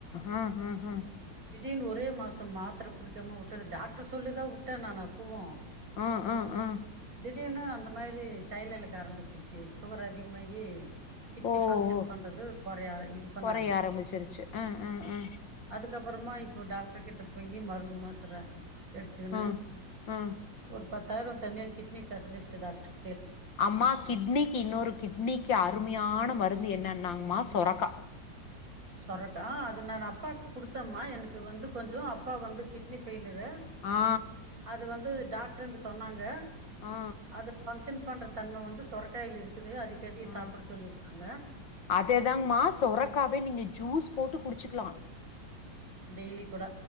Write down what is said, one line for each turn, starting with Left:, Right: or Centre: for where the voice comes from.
Left: அ அ அ
Right: திடீர்னு ஒரே மாசோ மாத்திர குடிக்காம விட்டது டாக்டர் சொல்லி தான் விட்டேன் நானு அப்பாவு
Left: ஆ ஆ ஆ
Right: திடீர்னு அந்த மாரி செயலிழக்க ஆரம்பிச்சடுச்சு சுகர் அதிகமாயி கிட்னி
Left: ஓ
Right: பங்க்ஷன்
Left: ஓ
Right: பண்றது குறைய இது பண்ண
Left: கொறைய
Right: ஆரம்பிச்சு
Left: ஆரம்பிச்சிருச்சு ஆ ஆ ஆ
Right: அதுக்கப் அப்புறமா இப்போ டாக்டர் கிட்ட போய் மருந்து மாத்தர எடுத்துக்கன்னு
Left: ஆ ஆ
Right: ஒரு பத் தார தனியாக்கிட் நீ ஸ்பெஷிஸ்ட டாக்டர்
Left: அம்மா கிட்னிக்கு இன்னொரு கிட்னிக்கு அருமையான மருந்து என்னனா மா சொரகா
Right: சொரக்கா அது நா அப்பாக்கு குடுத்தம்மா எனக்கு வந்து கொஞ்சோ அப்பா வந்து கிட்னி ஃபெயி இத
Left: ஆ
Right: அது வந்து டாக்டருங்க சொன்னாங்க
Left: ஆ
Right: அது பங்ஷன் பண்றத் தன்ம வந்து சொரகாயில இருக் க்குது அடிக்கடி
Left: ஆ
Right: சாப்பிட சொல்லிக்கிறாங்க
Left: அதேதாங்கமா சொரக்காவே நீங்க ஜூஸ் போட்டு குடிச்சுக்கலா
Right: டெய்லி கூட